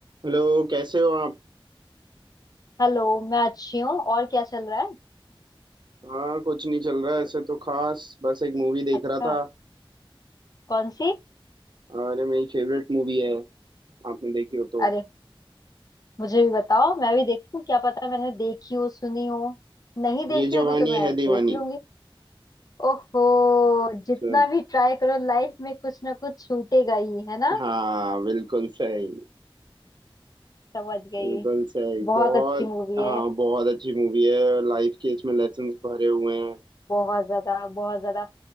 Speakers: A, on the right; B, on the left.
A: Hello कैसे हो आप
B: हेलो मैं अच्छी हूँ और क्या चल रहा है
A: हाँ कुछ नहीं चल रहा है ऐसे तो खास बस एक मूवी देख
B: अच्छा
A: रहा था
B: कौन सी
A: और ये मेरी फेवरेट मूवी है आपने देखी हो तो
B: अरे मुझे भी बताओ मैं भी देखूँ क्या पता मैंने देखी हो सुनी हो नहीं देखी
A: ये जवानी
B: होगी तो मैं
A: है
B: देख
A: दीवानी
B: लूंगी ओहो जितना
A: So,
B: भी ट्राई करो लाइफ में कुछ ना कुछ छूटेगा ही है ना
A: हाँ बिल्कुल सही
B: समझ गई
A: बिल्कुल सही
B: बहुत
A: बहुत
B: अच्छी मूवी
A: हाँ
B: है
A: बहुत अच्छी मूवी है लाइफ के इसमें लेसन्स भरे हुए हैं
B: बहुत ज्यादा बहुत ज्यादा